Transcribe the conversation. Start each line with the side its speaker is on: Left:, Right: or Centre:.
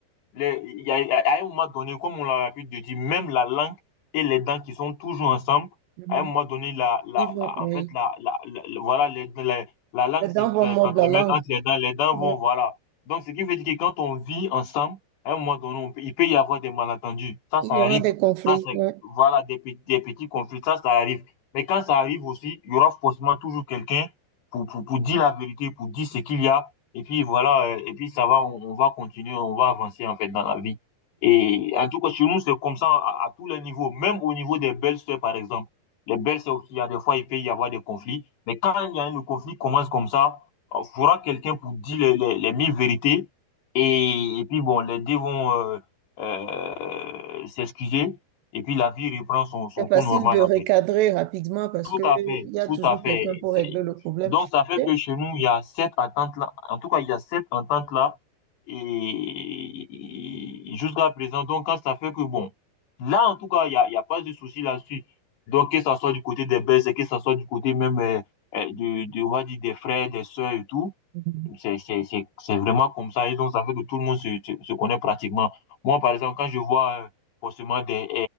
Left: Les- Il y a, à un moment donné, comme on l'a pu dire, même la langue et les dents qui sont toujours ensemble,
Right: Mhm.
Left: à un moment donné, la, la,
Right: Ils vont,
Left: la-
Right: oui.
Left: en fait, la, la, la- la- voilà, les, les- la langue
Right: Les dents
Left: s'est-
Right: vont
Left: s'est-
Right: mordre
Left: s'entremêle
Right: la langue.
Left: entre les dents, les dents
Right: Ouais.
Left: vont, voilà. Donc, ce qui veut dire que quand on vit ensemble, à un moment donné, on peut- il peut y avoir des malentendus. Ça, ça
Right: Il y
Left: arrive.
Right: aura des conflits.
Left: Ça, c'est,
Right: ouais.
Left: voilà, des, petits- des petits conflits. Ça, ça arrive. Mais quand ça arrive aussi, il y aura forcément toujours quelqu'un pour, pour, pour dire la vérité, pour dire ce qu'il y a et puis voilà, euh, et puis ça va, on, on va continuer, on va avancer en fait dans la vie. Et en tout cas, chez nous, c'est comme ça à, à tous les niveaux, même au niveau des belles-sœurs, par exemple. Les belles-sœurs aussi, il y a des fois, il peut y avoir des conflits. Mais quand il y a un conflit qui commence comme ça, il faudra quelqu'un pour dire les, les, les mille vérités. Et, et puis bon, les deux vont euh, euh, s'excuser. Et puis la vie reprend son, son
Right: C'est
Left: cours
Right: facile
Left: normal,
Right: de recadrer
Left: en fait.
Right: rapidement parce
Left: Tout
Right: que
Left: à
Right: il
Left: fait,
Right: y a
Left: tout
Right: toujours
Left: à fait.
Right: quelqu'un pour
Left: C'est-
Right: régler le problème.
Left: Donc, ça fait
Right: Et
Left: que chez nous, il y a cette entente-là. En tout cas, il y a cette entente-là. Et jusqu'à présent, donc, quand ça fait que, bon, là, en tout cas, il n'y a, il y a pas de souci là-dessus. Donc, que ça soit du côté des Belges, que ça soit du côté même euh, euh, de, de, on va dire, des frères, des sœurs et tout.
Right: Mhm.
Left: C'est c'est- c'est- c'est vraiment comme ça. Et donc, ça fait que tout le monde se, se, se connaît pratiquement. Moi, par exemple, quand je vois euh, forcément des,